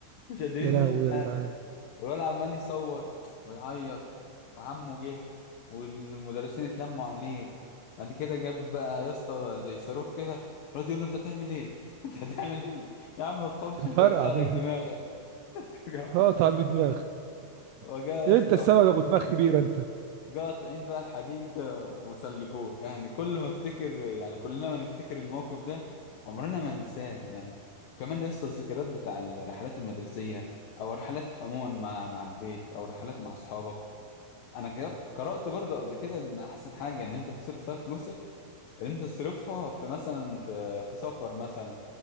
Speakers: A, on the left; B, on the right.
A: مش قادرين
B: يا لهوي
A: نعمل حاجه
B: يا جدعان
A: الولد عمال يصوت ويعيط وعمه جه والمدرسين اتلموا عليه بعد كده جاب بقى يا اسطى زي صاروخ كده الواد يقول له انت هتعمل ايه؟ <laughs> انت هتعمل ايه؟ يا عم ما تخافش مش
B: فرقع
A: هقطع
B: بيها
A: لك دماغك <laughs>
B: هقطع بدماغي
A: وجا
B: <laughs>
A: يا اسطى
B: انت السبب يا ابو دماغ كبير انت
A: جا قاطعين بقى الحديد وسلكوه يعني كل ما افتكر يعني كلنا ما نفتكر الموقف ده عمرنا ما ننساه يعني وكمان يا اسطى الذكريات بتاع الرحلات المدرسية او الرحلات عموما مع مع البيت او الرحلات مع اصحابك انا جا- قرأت برضه قبل كده ان احسن حاجة ان انت تصرف فيها فلوسك ان انت تصرفها في مثلا في في سفر مثلا